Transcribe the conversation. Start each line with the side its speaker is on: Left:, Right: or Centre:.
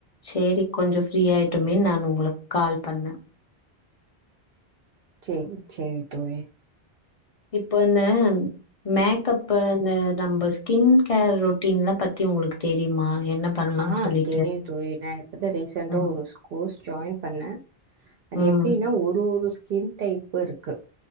Left: செரி கொஞ்சம் ஃப்ரீயா ஆயிட்டுமே நானு உங்களுக்கு கால் பண்ண
Right: செரி செரி தோழி
Left: இப்போ இந்த மேக்கப்பு அந்த நம்ம ஸ்கின் கேர் ரொட்டீன் எல்லா பத்தி உங்களுக்கு தெரியுமா என்ன பண்ணலாம்னு
Right: ஆ
Left: சொல்லிட்டு?
Right: தெரியு தோழி நா இப்பதா ரீசன்டா
Left: ம்.
Right: ஒரு கோர்ஸ் ஜாயின் பண்ண அது
Left: ம்.
Right: எப்படின்னா ஒரு ஒரு ஸ்கின் டைப் வறுக்கு